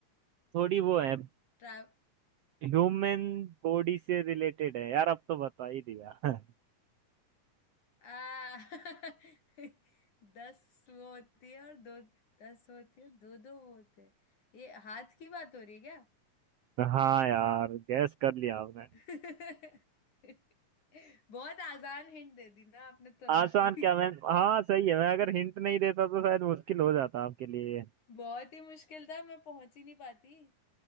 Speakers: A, on the right; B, on the left.
A: थोड़ी वो है
B: ट्रा
A: ह्यूमन बॉडी से रिलेटेड है यार अब तो बता ही दिया <laughs>
B: आ <laughs> दस वो होती है और दो दस होती है दो दो वो होते हैं ये हाथ की बात हो रही है
A: हाँ यार गैस कर लिया आपने
B: क्या <laughs> बहुत आसान हिंट दे दी ना आपने तुरंत
A: आसान
B: ही
A: क्या मैं हाँ सही है मैं अगर हिंट नहीं देता तो शायद मुश्किल हो जाता आपके लिए
B: बहुत ही मुश्किल था मैं पहुंच ही नहीं पाती